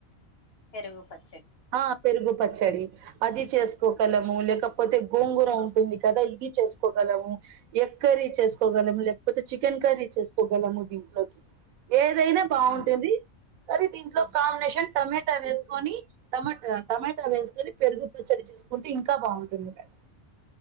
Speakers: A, on the left; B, on the right.
A: పెరుగు ప
B: ఆ పెరుగు పచ్చడి అది చేసుకోగలము లేకపోతే గోంగూర ఉంటుంది కదా ఇది చేసుకోగలము ఎ కర్రీ చేసుకోగలము లేకపోతే చికెన్ కర్రీ చేసుకోగలము దీంట్లోకి ఏదైన బాగుంటుంది
A: ఉమ్
B: కానీ దీంట్లో కాంబినేషన్ టమేట వేసుకొని టమేట టమాటా వేసుకొని పెరుగు పచ్చడి చేసుకుంటే ఇంకా బాగుంటుంది మేడం